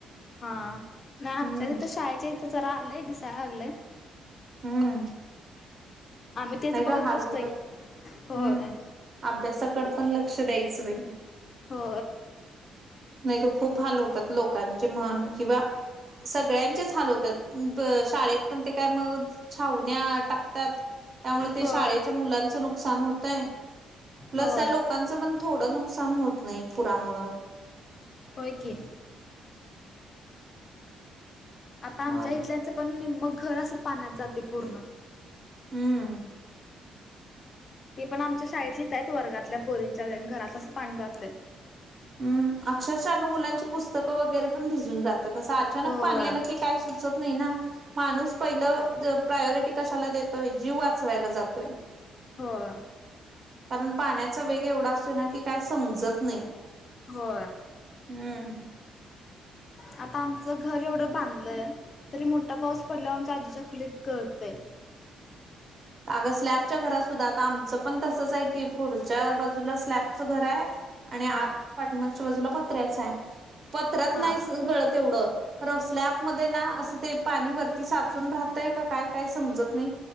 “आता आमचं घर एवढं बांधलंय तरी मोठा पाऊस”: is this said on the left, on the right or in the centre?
Left